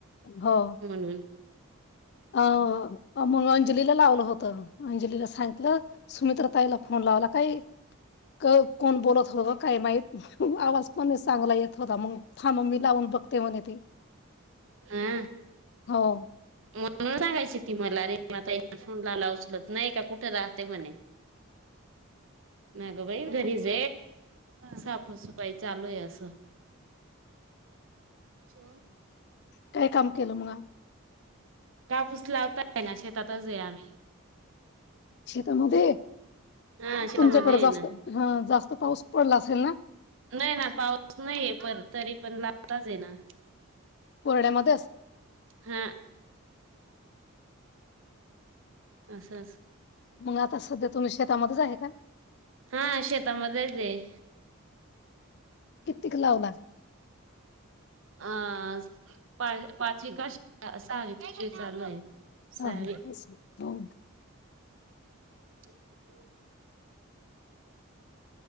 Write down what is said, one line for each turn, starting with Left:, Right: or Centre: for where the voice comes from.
Left: हो.
Right: म्हणून
Left: ह आ म. अंजलीला लावलं होत अंजलीला सांगितलं सुमित्र ताईला फोन लावला काही. क कोण बोलत होत काय माहीित. आवाज पण चांगला येत होता मग थांब मी लावून बघते म्हणे ते.
Right: हा
Left: हो.
Right: सांगायची ती मला रे मता या फोन लाला उचल. नाही का कुठे राहते म्हणे. नागो बाई जरीज. सपाई चालू आहे अस चा.
Left: काय काम केलं मग.
Right: कापूस लावता आहे ना शेतातच आहे आम्ही.
Left: शेतामध्ये?
Right: ह शेता
Left: तुमच्याकडे
Right: मध्येध्ये
Left: जास्त
Right: ना.
Left: ह जास्त पाऊस पडला असेल ना
Right: नाही ना पाऊस नाहीय पण तरी पण लाताच ये ना.
Left: कोरड्यामध्येच.
Right: हा. अस अस
Left: मग आता सध्या तुम्ही शेतामध्येच आहे का
Right: हा शेतामध्ये. तेे.
Left: किती क लावला.
Right: अ पा पाचवी काश असा हवी प चालू आहे. सहावी
Left: हा हा हो.
Right: <unintelligible>